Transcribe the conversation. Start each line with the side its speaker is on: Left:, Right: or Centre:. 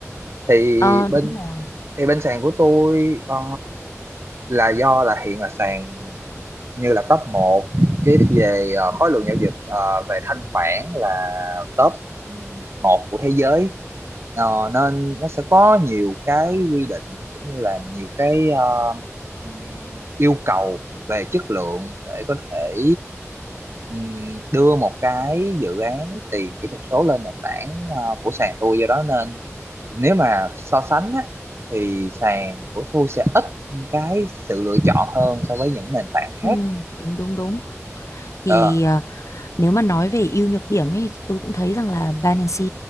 Right: Thì
Left: Ờ đúng
Right: bên
Left: rồi
Right: thì bên sàn của tôi ờ, là do là hiện là sàn như là top một cái về ờ, khối lượng giao dịch ờ, về thanh khoản là top một của thế giới Ờ, nên nó sẽ có nhiều cái quy định cũng như là nhiều cái ờ, ừm, yêu cầu về chất lượng để có thể ừm, đưa một cái dự án tiền kỹ thuật số lên nền tảng ờ, của sàn tôi do đó nên nếu mà so sánh á, thì sàn của tôi sẽ ít cái sự lựa chọn hơn so với những nền tảng
Left: ừ,
Right: khác
Left: đúng đúng đúng
Right: Ờ,
Left: thì ờ, Nếu mà nói về ưu nhược điểm ấy, tôi cũng thấy rằng là Binance